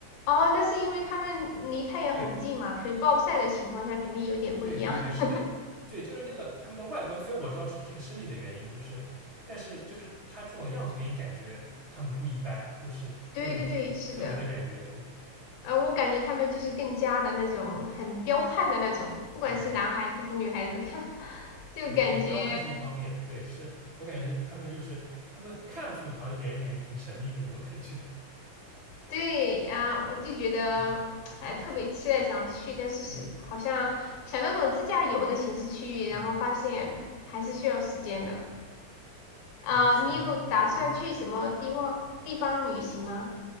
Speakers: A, on the left (about 80°); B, on the right (about 80°).
A: 哦，那是因为他们离太阳很近嘛，
B: 对
A: 所以暴晒的情况下肯定有点不一样。
B: 对对对，是的，
A: <laughs>
B: 对，就是那个他们的外观。虽然我知道是这个生理的原因，就是但是就是他这种样子给你感觉他们不一般，就是会有一种
A: 对对对，
B: <laughs>
A: 是的，
B: 特别的感觉。嗯
A: 呃，我感觉他们就是更加的那种很彪悍的那种，不管是男孩子是女孩子看，
B: 呃，
A: <laughs> 就感觉
B: 对对，彪悍是一方面，对，是我感觉他们就是他们看上去好像就给人感觉挺神秘的那种感觉。
A: 对啊，我就觉得哎特别期待想去，
B: <laughs> 嗯
A: 但是是好像想那种自驾游的形式去，
B: 嗯嗯，
A: 然后发现还是需要时间的啊。
B: 你是嗯，
A: 你有打算去什么地方地方旅行吗？
B: 嗯